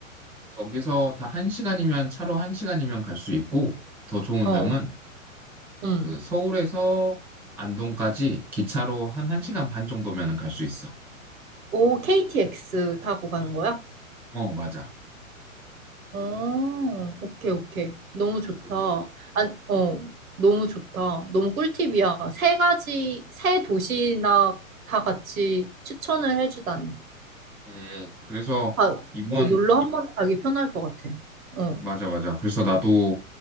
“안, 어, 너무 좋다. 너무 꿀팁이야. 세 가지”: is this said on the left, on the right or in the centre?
Right